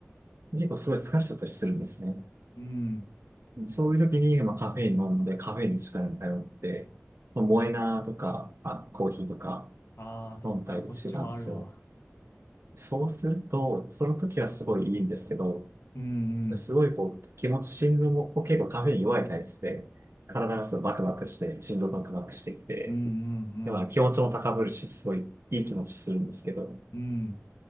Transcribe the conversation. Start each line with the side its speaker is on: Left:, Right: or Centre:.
Right: 結構すごい疲れちゃったりするんですね。
Left: うん。
Right: そういう時に、まあ、カフェイン飲んで、カフェインの力に頼って、まあモエナとか、まあ、コーヒーとか
Left: ああ、そっか、
Right: 飲んだりしてたんですよ。
Left: そっちもあるわ。
Right: そうすると、その時はすごいいいんですけど、
Left: うんうん。
Right: すごいこう、気持ち、心臓も結構カフェイン弱い体質で、体がすごいバクバクして、心臓バクバクしてきて、
Left: うんうん
Right: でまあ気持ちも高ぶるし、すごいいい気持ちするんですけど、
Left: うん。うん。